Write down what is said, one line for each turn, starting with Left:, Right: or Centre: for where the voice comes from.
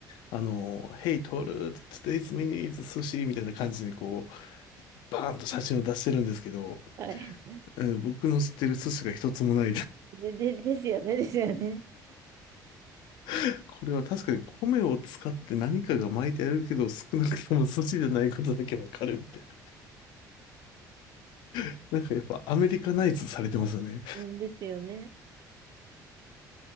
Left: あの、Hey, Toru, today's menu is sushi みたいな感じにこう、バーンと写真を出してるんですけど、
Right: はい。
Left: うん僕の知ってる寿司が一つもないです
Right: で、で、ですよね、ですよね。
Left: <laughs> これは確かに米を使って何かが巻いてあるけど、少なくとも寿司じゃないことだけわかるみたいな。<laughs> なんかやっぱアメリカナイズされてますよね。
Right: なんですよね。